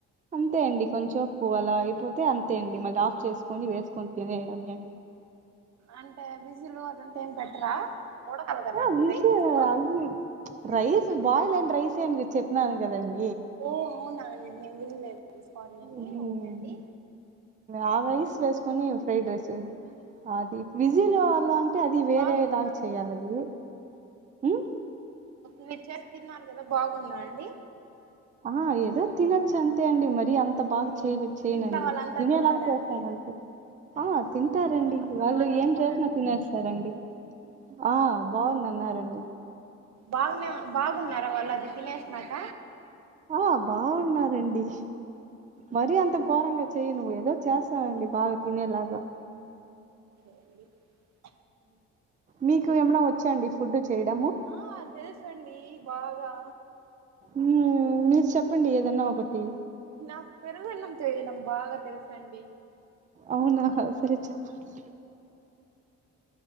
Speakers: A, on the right; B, on the right.
A: అంతే అండి కొంచేపు అలా అయిపోతే అంతే అండి మళ్ళఫ్ చేసుకొని వేసుకొని తినేయడమే
B: అంటే విజిలు అదంతా ఏం పెట్టరా ఉడకాలి కదండి
A: ఆ విసు
B: రైస్
A: అది రైస్ బాయిల్ అయిన రైసే అని చెప్పినాను కదండి
B: ఓ అవునా నేను వినలేదు సారీ అండి
A: ఉమ్,
B: ఓకే అండి
A: ఆ రైస్ వేసుకొని ఫ్రైడ్ రైస్ అది విజీలో అలా అది వేరే
B: బాగుందా
A: లాగ
B: అండి
A: చెయ్యాలది మ్మ్
B: మీరు చేసి తిన్నారు కదా బాగుందా అండి
A: ఆ ఏదో తినొచ్చు అంతే అండి మరి అంత బాగ చెయలే చేయ్యనండి
B: మీ ఇంట్లో వాళ్ళంతా
A: తినేలాగ
B: తిన్నారా
A: చేస్తానంతే
B: అండి
A: ఆ తింటారండి
B: అందరు
A: వాళ్ళు
B: బానే ఉంటారా
A: ఏం చేసినా తినేస్తారండి ఆ బాగుందన్నారండి
B: బాగనే బాగున్నారా వాళ్ళది తినే సినాక
A: ఆ బాగున్నారండి మరీ అంత ఘోరంగా చెయ్యను ఏదో చేస్తానండి
B: ఓకే
A: బాగ తినేలాగా
B: అడి <unintelligible>
A: మీకు ఏమనా వచ్చాండి ఫుడ్ చేయడము
B: ఆ తెలుసండి బాగా
A: మ్ మీరు చెప్పండి ఏదన్నా ఒకటి
B: నాకు పెరుగున్నం చేయడం బాగా తెలుసండి
A: అవునా సరే చెప్పండి